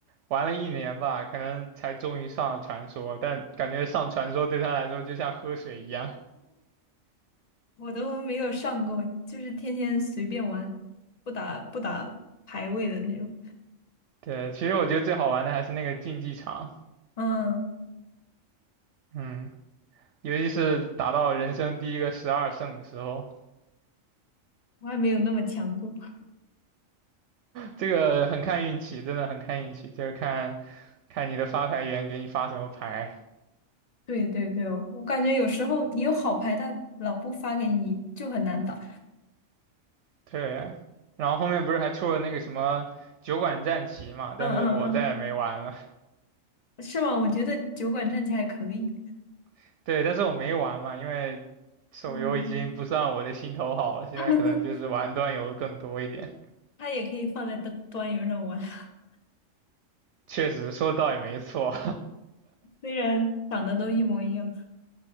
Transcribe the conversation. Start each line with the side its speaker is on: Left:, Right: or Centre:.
Right: 玩了一年吧，可能才终于上了传说，但感觉上传说对他来说就像喝水一样。
Left: 我都没有上过，就是天天随便玩，不打不打排位的那种。
Right: 对，其实我觉得最好玩的还是那个竞技场。
Left: 嗯，
Right: 嗯，尤其是打到人生第一个十二胜的时候，
Left: 我还没有那么强过。
Right: 这个很看运气，真的很看运气，就是看看你的发牌员给你发什么牌。
Left: 对对对哦，我感觉有时候你有好牌，他老不发给你，就很难打。
Right: 对，然后后面不是还出了那个什么酒馆战旗嘛，
Left: 嗯嗯
Right: 但是我再也没玩了。
Left: 嗯，是吗？我觉得酒馆战棋还可以，
Right: <laughs> 对，但是我没玩嘛，因为手游已经不算我的心头好了，
Left: 嗯，
Right: 现在可能就是玩端游更多一点。
Left: <laughs> 他也可以放在端端游上玩，<laughs>
Right: 确实说的倒也没错，
Left: 虽然长得都一模一样。